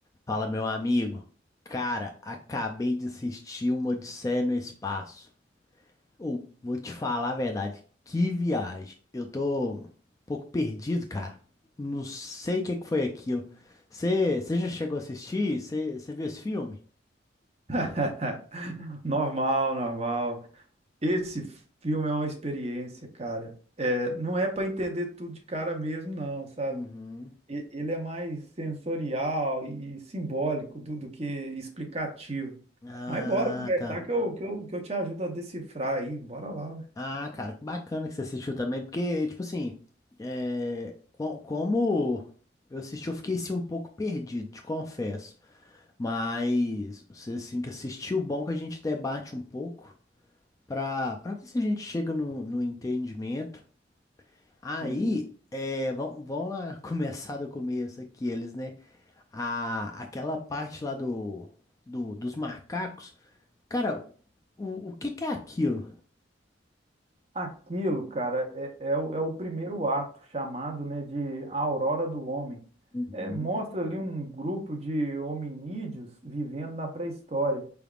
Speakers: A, on the left; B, on the right.
A: Fala, meu amigo. Cara, acabei de assistir uma Odisseia no Espaço. Ou, vou te falar a verdade, que viagem. Eu tô um pouco perdido, cara. Não sei o que é que foi aquilo. Você já chegou a assistir? Você viu esse filme?
B: <laughs> Normal, normal. Esse filme é uma experiência, cara. É, não é para entender tudo de cara mesmo, não, sabe?
A: Uhum.
B: E- Ele é mais sensorial e simbólico do, do que explicativo.
A: Ah,
B: Mas bora conversar
A: tá.
B: que eu, Ah, que eu, que eu te ajudo a decifrar aí. Bora lá. ué.
A: Ah, cara, que bacana que você assistiu também, porque, tipo assim, é, co- como eu assisti, eu fiquei assim, um pouco perdido, te confesso. Mas você assim que assistiu, bom que a gente debate um pouco pra, pra ver se a gente chega no, no entendimento. Aí,
B: isso.
A: é, vamos, vamos lá <laughs> começar do começo aqui, eles, né? A, aquela parte lá do, do, dos macacos. Cara, o, o que que é aquilo?
B: Aquilo, cara, é, é, o, é o primeiro ato, chamado, né, de a Aurora do Homem.
A: Uhum.
B: É, mostra ali um grupo de hominídeos vivendo na pré-história.